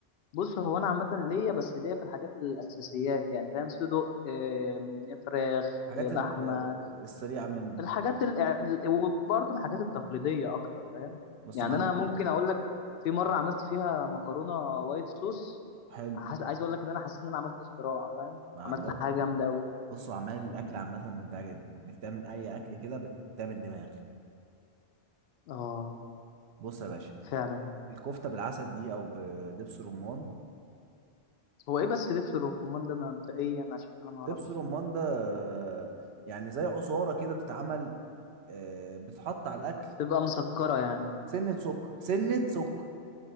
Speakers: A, on the left; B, on the right.
A: بص هو انا عامه ليا بس ليا في الحاجات الاساسيات يعني فاهم صدق آه، فراخ
B: الحاجات
A: آه، لحمه
B: ال- السريعة منه
A: الحاجات ال... يعني ال- وبرضه الحاجات التقليدية أكتر فاهم
B: بص
A: يعني
B: يا معلم
A: أنا ممكن أقول لك في مرة
B: آه،
A: عملت فيها مكرونة وايت صوص
B: حلو
A: حس... عايز أقول لك إن أنا حسيت إن أنا عملت اختراع فاهم
B: مع
A: عملت
B: ب-
A: حاجة جامدة أوي
B: بص وعمال الأكل عامة ممتعة جدا إنك تعمل أي أكل كده بتعمل دماغ
A: آه
B: بص يا باشا
A: فعلا
B: الكفتة بالعسل دي أو بدبس رمان
A: هو إيه بس دبس الرمان ده مبدئيا عشان أنا معرفش
B: دبس رمان ده آه، يعني زي عصارة كده بتتعمل آه، بتحط على الأكل
A: تبقى مسكرة يعني
B: سنة سكر سنة سكر